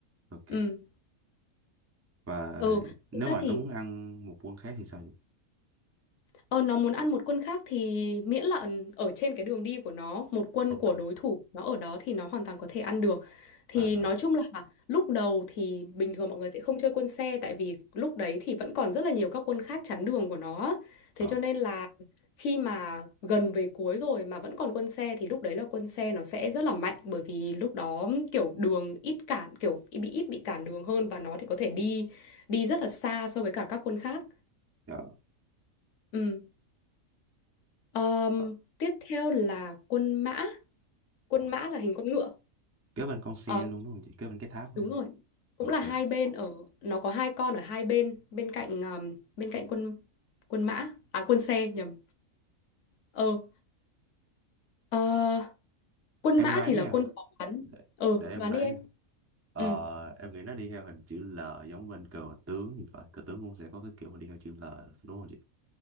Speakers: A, on the right; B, on the left.
A: ok
B: Ừ.
A: và
B: Ừ,
A: nếu
B: thực ra
A: mà
B: thì
A: nó muốn ăn một quân khác thì sao vậy?
B: Ờ, nó muốn ăn một quân khác thì miễn là ở, ở trên cái đường đi của nó, một quân
A: ok
B: của đối thủ nó ở đó thì nó hoàn toàn có thể ăn được. Thì
A: à rồi
B: nói chung là lúc đầu thì bình thường mọi người sẽ không chơi quân xe tại vì lúc đấy thì vẫn còn rất là nhiều các quân khác chắn đường của nó. Thế
A: Ờ.
B: cho nên là khi mà gần về cuối rồi mà vẫn còn quân xe thì lúc đấy là quân xe nó sẽ rất là mạnh bởi vì lúc đó kiểu đường ít cản kiểu bị ít bị cản đường hơn và nó thì có thể đi đi rất là xa so với cả các quân khác.
A: Dạ.
B: Ừ. Ờm,
A: Ờ,
B: tiếp theo là quân mã. Quân
A: ờ.
B: mã là hình con ngựa.
A: kế bên con xe
B: Ờ,
A: luôn đúng không chị kế bên cái tháp đúng
B: đúng
A: không
B: rồi. Cũng
A: ok
B: là hai bên ở nó có hai con ở hai bên bên cạnh ờm, bên cạnh quân quân mã à quân xe nhầm. Ờ, ờ, quân
A: em
B: mã
A: đoán
B: thì là
A: nha
B: quân có bắn.
A: để,
B: Ờ,
A: để em
B: đoán
A: đoán
B: đi em.
A: nha. Ờ,
B: Ừ,
A: em nghĩ nó đi theo hình chữ L giống bên cờ tướng thì phải cờ tướng cũng sẽ có cái kiểu mà đi theo chữ L đúng không chị